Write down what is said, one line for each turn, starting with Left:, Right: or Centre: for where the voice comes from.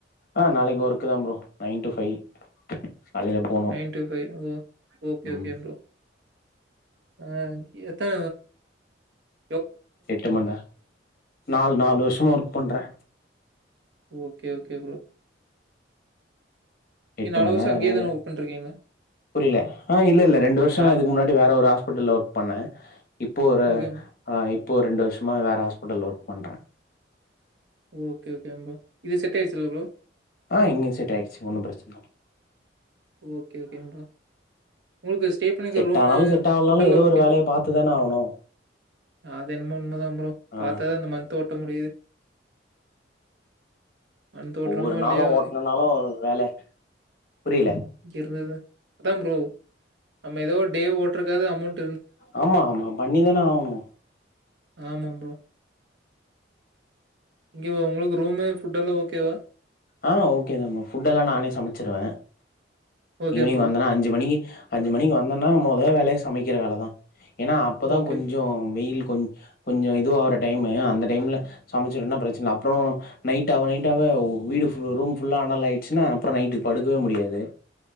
Left: ஆ நாளக்கி ஒர்க்கு தா ப்ரோ நைன் டு ஃபைவ் காலையில போனு
Right: நைன் டு ஃபை ஓ ஓகே
Left: ம்
Right: ஓகே ப்ரோ அ எத்தன ஒ
Left: எட்டு மண் நே நால் நாலு வர்ஷுமா ஒர்க் பண்ற
Right: ஓகேவ் கே ப்ரோ நீங்கள்
Left: எட்டு
Right: நாலு
Left: மண்நேர
Right: வருஷம் அங்கேயே
Left: வேல,
Right: தானே ஒர்க் பண்ணிருக்கீங்களா
Left: புரியல ஆ இல்ல குல்ல ரெண்டு வருசோ
Right: நான்
Left: நா இதுக்கு முன்னாடி வேற ஒரு ஹாஸ்பிட்டல்ல ஒர்க் பண்ண இப்போ ஒரு
Right: ஓகே
Left: ஆ இப் இப்போ ஒரு ரெண்டு வருஷமா வேற ஹாஸ்பிட்டல்ல ஒர்க் பண்ற
Right: ஓகே ஓகேங் ப்ரோ இது செட் ஆய்டுச்சுல்ல ப்ரோ
Left: ஆ இங்கயு செட் ஆயிடுச்சு ஒன்னு பிரச்சன இல்ல
Right: ஓகே ஓகேங் ப்ரோ உங்ளுக்கு ஸ்டே பண்ணிருக்க
Left: செட்
Right: ரூமூ
Left: ஆனாலு செட் ஆவலனாலு
Right: ஃபுட்டெல்லா
Left: ஏதோ
Right: ஓகேவா
Left: ஒரு வேலைய பாத்துதான ஆவணு
Right: அது என்னமோ உண்மதா ப்ரோ
Left: ஆ
Right: பாத்தாதா அந்த மந்த் ஓட்ட முடியுது மந்த் ஓட்டுறமோ
Left: ஒவ்வொரு
Right: இல்லையோ
Left: நாளு ஓட்டுனுனாளு வேல புரிய
Right: இங்க இருந்தது அதா ப்ரோ நம்ம ஏதோ டே ஓட்டுறதுக்காது அமோண்ட்
Left: ஆமா ஆமா பண்ணிதான ஆவுனு
Right: ஆமா ப்ரோ இங்க உங்ளுக்கு ரூமு, ஃபுட் எல்லா ஓகேவா
Left: ஆ ஓகே தா ப்ரோ ஃபுட் எல்லா நானே சமச்சிருவ
Right: ஓகே
Left: ஈவ்னிங்
Right: ப்ரோ.
Left: வந்தனா அஞ்சு மணிக்கு அஞ்சு மணிக்கு வந்தன்னா மொத வேலயா சமைக்கிற வேலதா ஏன்னா அப்பதா
Right: ஓகே.
Left: கொஞ்சோ வெயில் கொஞ் கொஞ்சோ இதுவாவுற டைமு அந்த டைம்ல சமச்சிட்டோம்னா பிரச்சனல்ல அப்றோ நைட்டாவ நைட்டாவ வீடு ஃபுல் ரூம் ஃபுல்லா அனல் ஆயிச்சுனா அப்பறோ நைட்டுக்கு படுக்கவே முடியாது